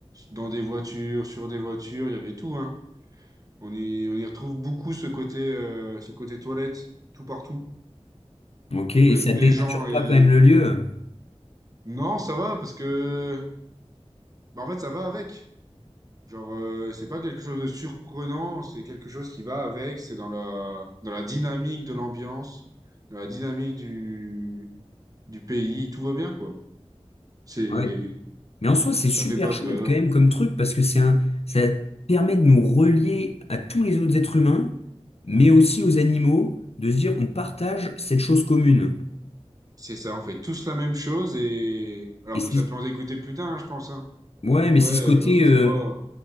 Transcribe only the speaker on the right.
dans des voitures, sur des voitures, il y avait tout, hein. On y, on y retrouve beaucoup ce côté, euh, ce côté toilette, tout partout.
Euh,
tous
les gens. ils-
Non, ça va, parce que. bah, en fait, ça va avec. Genre, euh, c'est pas quelque chose de surprenant, c'est quelque chose qui va avec. C'est dans la, dans la dynamique de l'ambiance, dans la dynamique du, du pays. Tout va bien, quoi. C'est,
ça
fait pas
peur.
C'est ça, on fait tous la même chose et. Alors
que ça peut en dégoûter plus d'un, hein, je pense, hein.
Qu'en
vrai,
euh,
ça va.